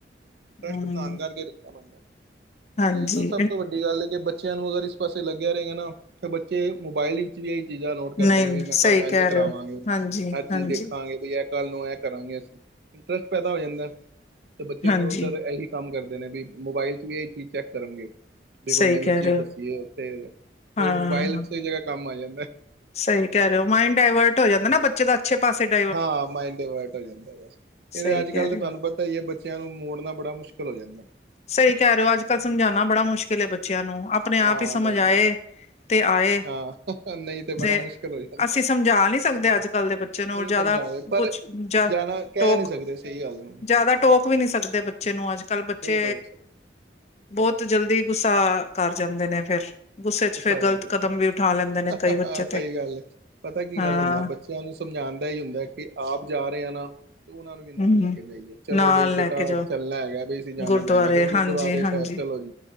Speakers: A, on the right (about 65°); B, on the left (about 35°).
A: ਇੰਟਰਸਟ
B: ਹਮ
A: ਬਣਾਣ ਕਰਕੇ ਦਿੱਤਾ ਬੰਦਾ ਨੇ
B: ਹਾਂਜੀ
A: ਨਾਲ਼ੇ ਇਹ ਨਾ ਸਭ ਤੋਂ ਵੱਡੀ ਗੱਲ ਕਿ ਬੱਚਿਆਂ ਨੂੰ ਅਗਰ ਪਾਸੇ ਲੱਗਿਆ ਰਹੇਗਾ ਨਾ ਬੱਚੇ ਮੋਬਾਇਲ ਵਿੱ ਵੀ ਇਹ ਚੀਜ਼ਾਂ ਨੋਟ ਕਰਦੇ
B: ਨਹੀਂ
A: ਨੇ ਵਈ ਮੈਂ
B: ਸਹੀ
A: ਕੱਲ ਐਂਜ
B: ਕਹਿ
A: ਕਰਾਵਾਂਗੇ
B: ਰਹੇ ਹੋ
A: ਇਹ
B: ਹਾਂਜੀ
A: ਚੀਜ਼
B: ਹਾਂਜੀ
A: ਦੇਖਾਂਗੇ। ਇਹ ਕੱਲ ਨੂੰ ਇਹ ਕਰਾਂਗੇ ਅਸੀਂ ਇੰਟਰਸਟ ਪੈਦਾ ਹੋ ਜਾਂਦਾ ਤੇ ਬੱਚੇ
B: ਹਾਂਜੀ
A: ਫੇਰ ਔ ਇਹੀ ਕੰਮ ਕਰਦੇ ਨੇ ਵੀ ਮੋਬਾਇਲ ਚ ਵੀ ਇਹੀ ਚੀਜ਼ ਚੈੱਕ ਕਰਨਗੇ। ਵੀ ਕੋਈ
B: ਸਹੀ
A: ਨਵੀਂ
B: ਕਹਿ
A: ਚੀਜ਼
B: ਰਹੇ
A: ਦੱਸੀਏ
B: ਹੋ
A: ਤੇ ਫਿਰ
B: ਹਾਂ
A: ਉਹ ਮੋਬਾਇਲ ਅੱਛੇ ਜਗ੍ਹਾ ਕੰਮ ਆ ਜਾਂਦਾ।
B: ਸਹੀ ਕਹਿ ਰਹੇ ਹੋ, ਮਾਈੰਡ ਡਾਇਵਰਟ ਹੋ ਜਾਂਦਾ ਨਾ ਬੱਚੇ ਦਾ, ਅੱਛੇ ਪਾਸੇ ਡ
A: ਹਾਂ ਮਾਇੰਡ ਡਾਇਵਰਟ ਹੋ ਜਾਂਦਾ ਬਸ ਇਹਦੇ
B: ਸਹੀ
A: ਅੱਜ ਕੱਲ
B: ਕਹਿ ਰਹੇ
A: ਤਾਂ ਤੁਹਾਨੂੰ
B: ਹੋ
A: ਪਤਾ ਤਾਂ ਇਹ ਬੱਚਿਆਂ ਨੂੰ ਮੋੜਨਾ ਬੜਾ ਮੁਸ਼ਕਿਲ ਹੋ ਜਾਂਦਾ।
B: ਸਹੀ ਕਹਿ ਰਹੇ ਹੋ ਅੱਜ ਕੱਲ ਸਮਝਾਉਣਾ ਬੜਾ ਮੁਸ਼ਕਿਲ ਬੱਚਿਆਂ ਨੂੰ ਆਪਣੇ ਆਪ
A: ਹਾਂ
B: ਹੀ ਸਮਝ
A: ਬਸ
B: ਆਏ
A: ਬਸ
B: ਤੇ ਆਏ
A: ਹਾਂ ਨਹੀਂ ਬੜਾ
B: ਤੇ
A: ਮੁਸ਼ਕਿਲ ਹੋ ਜਾਂਦਾ
B: ਅਸੀਂ ਸਮਝਾ ਨਹੀਂ ਸਕਦੇ ਅੱਜ ਕੱਲ ਦੇ ਬੱਚੇ ਨੂੰ
A: ਨਹੀਂ
B: ਜਿਆਦਾ
A: ਸਮਝਾਵੇ ਪਰ
B: ਕੁਛ
A: ਜਾਣਾ ਕਹਿ
B: ਟੋਕ
A: ਨਹੀਂ ਸਕਦੇ ਸਹੀ ਗੱਲ ਹੁਣ
B: ਜ਼ਿਆਦਾ ਟੋਕ ਵੀ ਨਹੀਂ ਸਕਦੇ ਬੱਚੇ ਨੂੰ ਅੱਜ ਕੱਲ ਬੱਚੇ
A: ਨਹੀਂ ਟੋਕ ਸਕਦੇ
B: ਬਹੁਤ ਜਲਦੀ ਗੁੱਸਾ ਕਰ ਜਾਂਦੇ ਨੇ ਫਿਰ
A: ਹਾਂ
B: ਗੁੱਸੇ ਚ
A: ਗੁੱਸਾ
B: ਫਿਰ
A: ਕਰ
B: ਗ਼ਲਤ ਕਦਮ ਵੀ ਉਠਾ ਲੈਂਦੇ
A: ਦਿੱਤਾ
B: ਨੇ ਕਈ ਬੱਚੇ
A: ਸਹੀ
B: ਤੇ
A: ਗੱਲ ਹੈ ਪਤਾ ਕੀ
B: ਹਾਂ
A: ਗੱਲ ਹੁੰਦਾ ਬੱਚਿਆਂ ਨੂੰ ਸਮਝਾਉਣ ਦਾ ਹੀ ਹੁੰਦਾ ਕਿ ਆਪ ਜਾ ਰਹੇ ਆ ਨਾ ਤੇ ਉਹਨਾਂ ਨੂੰ ਵੀ ਨਾਲ
B: ਹਮ
A: ਲੈ ਕੇ ਜਾਈਏ ਚਲੋ
B: ਨਾਲ
A: ਬਈ
B: ਲੈ
A: ਬੇਟਾ
B: ਕੇ ਜਾਓ
A: ਅੱਜ ਚੱਲਣਾ ਹੈਗਾ ਬਈ ਅਸੀਂ ਜਾਣਾ
B: ਗੁਰਦੁਆਰੇ
A: ਹੀ ਜਾਣਾ ਫਿਰ ਗੁਰਦੁਆਰੇ
B: ਹਾਂਜੀ
A: ਸਾਹਿਬ
B: ਹਾਂਜੀ
A: ਚਲੋ ਜੀ